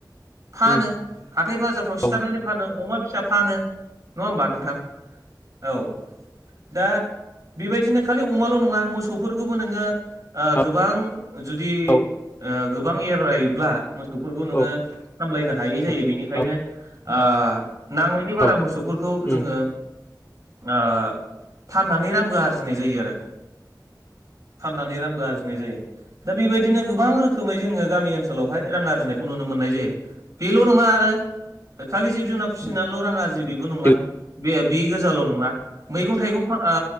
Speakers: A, on the right (about 55°); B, on the left (about 30°).
A: फानो
B: उम
A: हाथाय बाजारफ्राव सिथारनानै
B: उम
A: फानो अमा फिसा फानो नङा होमबा नोंथां औ दा बेबायदिनो खालि अमाल' नङा मोसौफोरखौबो नोङो ओ
B: औ
A: गोबां जुदि
B: औ
A: ओ गोबां एरायोब्ला मोसौफोरखौ
B: औ
A: नोङो सामलायनो हायै
B: औ
A: जायो बेनिखायनो ओ नांनायनायनि
B: औ
A: बारा मोसौफोरखौ
B: उम
A: जोङो ओ फाननानै रांबो आरजिनाय जायो आरो फाननानै रांबो आरजिनाय जायो दा बेबायदिनो गोबां रोखोमै जोङो गामि ओनसोलाव हाय रां आरजिनायखौ नुनो मोननाय जायो बेल' नङा आरो <unintelligible> खालि जिब जुनार फिसिनानैल' रां आरजि बिबो नङा
B: थिगानो
A: बे बे गोजाल' नङा मैगं थाइगं फा ओ